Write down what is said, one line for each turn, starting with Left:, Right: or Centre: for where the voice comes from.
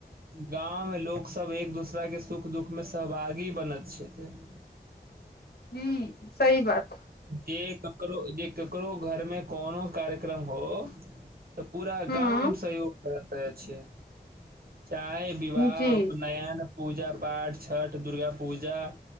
Right: गाँवमे लोकसभ एक दोसराके सुख दुःख मे सहभागी बनैत छथि <inaudible>
Left: ह सही बात
Right: जे ककरो जे ककरो घर मे कोनो कार्यक्रम हो तऽ पूरा
Left: हूँ
Right: गाम सहयोग करैत छै चाहे विवाह
Left: जी
Right: उपनयन पूजा पाठ छठ दुर्गा पूजा